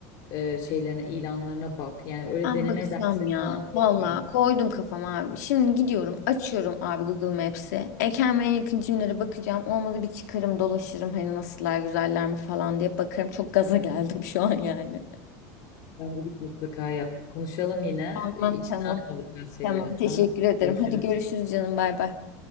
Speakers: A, on the left; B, on the left.
A: e, şeylerine, ilanlarına bak. Yani öyle
B: Ben
A: deneme
B: bakacağım
A: dersleri
B: ya.
A: falan da
B: Valla
A: oluyor.
B: koydum kafama abi. Şimdi gidiyorum açıyorum abi Google Maps'i. E, kendime en yakın cimlere bakacağım. Olmadı bir çıkarım dolaşırım hani nasıllar güzeller mi falan diye bakarım. Çok gaza geldim şu an yani.
A: Bence git mutlaka yap. Konuşalım yine.
B: Tamam
A: E, İçine
B: tamam.
A: atma bu tarz şeyleri.
B: Tamam teşekkür
A: Tamam.
B: ederim.
A: Görüşürüz.
B: Hadi görüşürüz canım bay bay.